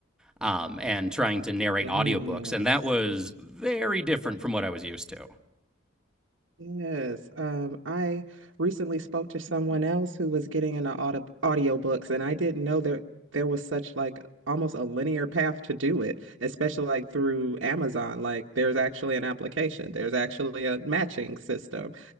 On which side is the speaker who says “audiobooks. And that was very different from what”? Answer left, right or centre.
Centre